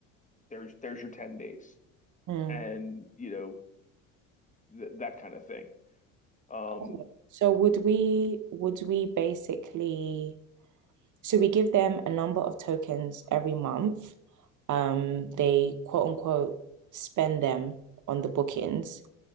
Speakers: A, on the left; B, on the right.
A: There's there's your 10 days.
B: Mm.
A: And, you know, th that kind of thing. Um,
B: okay. So would we would we basically So we give them a number of tokens every month. Um, they quote unquote spend them on the bookings.